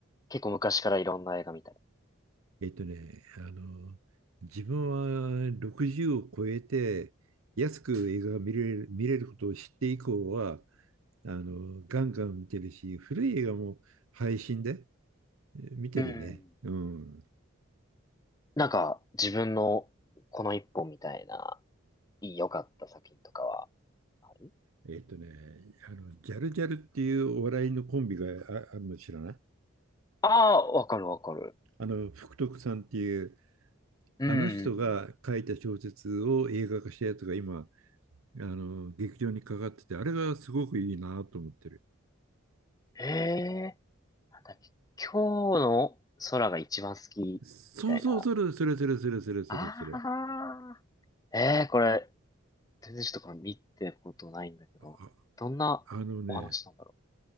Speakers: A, on the left; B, on the right.
A: 結構昔からいろんな映画見たり。
B: えっとね、あの、自分は60を超えて、安く映画が見れる、見れることを知って以降は、あの、ガンガン見てるし、古い映画も配信でえー見てるね。
A: うん。
B: うん。
A: なんか自分のこの一本みたいないい良かった作品とかはある。
B: えっとね、あの、ジャルジャルっていうお笑いのコンビがああるの知らない
A: ああー、わかるわかる。
B: あの、福徳さんっていう、
A: うん。
B: あの人が書いた小説を映画化したやつが今、あの、劇場にかかってて、あれがすごくいいなと思ってる。
A: へえ、なんだっけ、今日の空が一番好きみたいな。
B: そうそう、それ、それ、それ、それ、それ、それ、
A: あ
B: それ。
A: あ、ええ、これ全然ちょっとの見てことないんだけど、
B: あ、
A: どんなお話なんだろ
B: あのね、